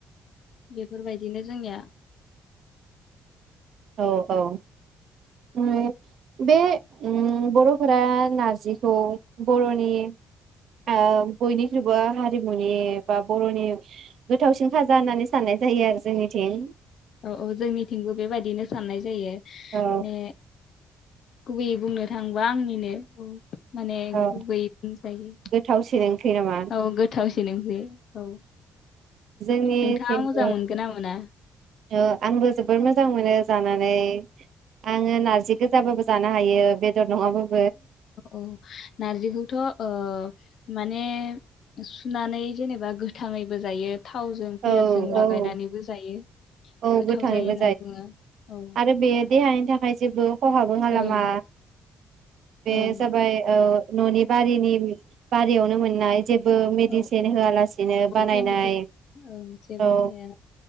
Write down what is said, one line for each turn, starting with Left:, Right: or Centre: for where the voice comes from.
Left: बेफोरबायदिनो जोंनिया
Right: औ औ उम बे उम बरफोरा नार्जिखौ बरनि ओ बयनिख्रुइबो हारिमुनि बा बरनि गोथावसिन खाजा होननानै साननाय जायो आरो जोंनिथिं
Left: औ औ जोंनिथिंबो बेबायदिनो साननाय जायो
Right: औ
Left: ने गुबैयै बुंनो थांङोबा आंनिनो माने
Right: औ
Left: गुबैयै बुंजायो
Right: गोथावसिन ओंख्रि नामा
Left: औ गोथावसि बे नोंनि औ
Right: जोंनिथिंबो
Left: नोंथाङा मोजां मोनगोन ना मोना?
Right: ओ आंबो जोबोर मोजां मोनो जानानै आङो नारजि गोजाबाबो जानो हायो बेदर नङाबाबो
Left: औ नारजिखौथ ओ माने सुनानै जेनेबा गोथाङैबो जायो थावजों
Right: औ
Left: पियासजों लागायनानैबो
Right: औ
Left: जायो
Right: औ
Left: गोथाव
Right: गोथाङैबो
Left: जायो होननानै बुङो औ
Right: आरो बेयो देहानि थाखाय जेबो खहाबो खालामा
Left: ओं
Right: बे
Left: ओं
Right: जाबाय औ ननि बारिनि बारियावनो मोननाय जेबो मेडिसिन
Left: औ
Right: होआलासिनो बानायनाय
Left: केमिकेल औ जेबो
Right: औ
Left: थाया